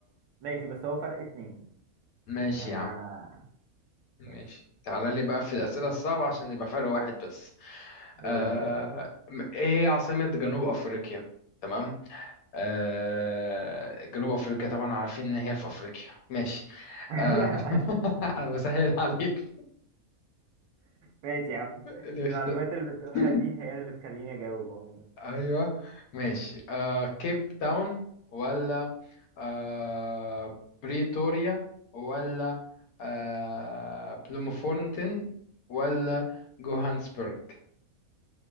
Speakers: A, on the right; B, on the left.
A: ماشي بس هو فرق اتنين
B: ماشي
A: يعني احنا
B: يا عم ماشي
A: ماشي
B: تعالى لي بقى في الأسئلة الصعبة عشان يبقى فرق واحد بس
A: يلا
B: آه،
A: بينا
B: ايه هي عاصمة جنوب افريقيا تمام آه، جنوب افريقيا طبعا عارفين ان هي في افريقيا ماشي
A: <laughs>
B: آه، <laughs> انا بسهل عليك
A: ماشي يا عم
B: اللي
A: المعلومات
B: يخت-
A: اللي بتقولها
B: <laughs>
A: دي هي اللي بتخليني اجاوب عموما
B: ايوه ماشي آه، كيب تاون ولا آه، بريتوريا ولا آه، بلومفونتين ولا جوهانسبرج